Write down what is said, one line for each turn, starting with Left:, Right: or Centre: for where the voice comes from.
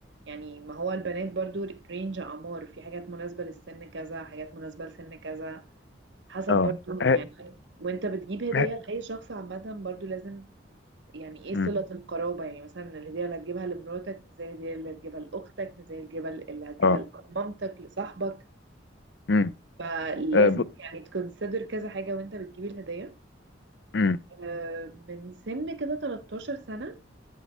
Right: يعني ما هو البنات برضو رينج اعمار في حاجات مناسبة للسن كذا حاجات مناسبة لسن كذا حسب
Left: أه
Right: برضو يعني
Left: ه-
Right: وانت بتجيب هدية
Left: ه-
Right: لأي شخص عامة برضو لازم يعني ايه
Left: مم.
Right: صلة القرابة يعني مثلا الهدية اللي هتجيبها لمراتك مش زي الهدية اللي هتجيبها لأختك مش زي الهدية اللي هتجيبها
Left: أه
Right: لمامتك لصاحبك
Left: مم.
Right: فلازم
Left: آه، ب-
Right: يعني تكونسيدر كذا حاجة وانت بتجيب الهدية
Left: مم.
Right: آه، من سن كده 13 سنة